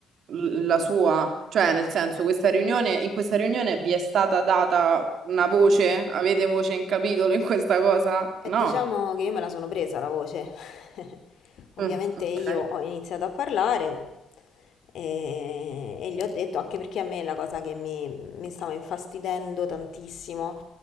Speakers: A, on the right; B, on the left.
A: l- la sua, cioè, nel senso, questa riunione, in questa riunione vi è stata data una voce? Avete voce in capitolo in questa cosa? No.
B: E diciamo che io me la sono presa la voce. <laughs> Ovviamente
A: Mm, ok.
B: io ho iniziato a parlare e, e gli ho detto, anche perché a me la cosa che mi, mi stava infastidendo tantissimo